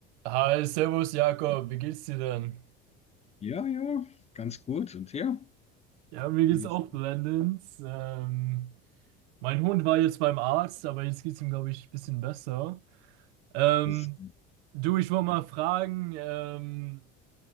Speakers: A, on the right; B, on the left.
A: Hi, Servus Jakob, wie geht's dir denn?
B: Ja, ja, ganz gut. Und ja,
A: Ja, mir geht's
B: mir geht's
A: auch blendend. Ähm, mein Hund war jetzt beim Arzt, aber jetzt geht's ihm, glaube ich, ein bisschen besser. Ähm,
B: das,
A: du, ich wollte mal fragen, ähm,